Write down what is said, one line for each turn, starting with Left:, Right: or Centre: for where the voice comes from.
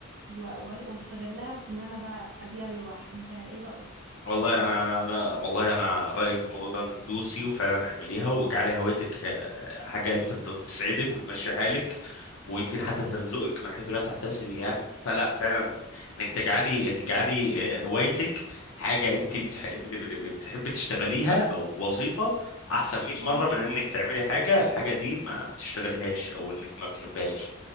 Right: و و واستغلّها في إن أنا بقى أبيع لوَح، أنت إيه رأيك
Left: والله
Right: في الموضوع
Left: انا
Right: ده؟
Left: انا أنا- والله انا رايي في الموضوع ده انك دوسي وفعلا اعمليها واجعلي هوايتك آه، حاجه انت بت- بتسعدك وتمشي حالك ويمكن حتى ترزقك من حيث لا تحتسبي يعني فلا فعلا انك تجعلي تجعلي آه، هوايتك حاجه انت بتح- بت- بت- بتحبي تشتغليها
Right: إمم،
Left: او وظيفه احسن 100
Right: إمم،
Left: مره من انك تعملي حاجه الحاجه دي ما بتشتغلهاش او انك ما بتحبهاش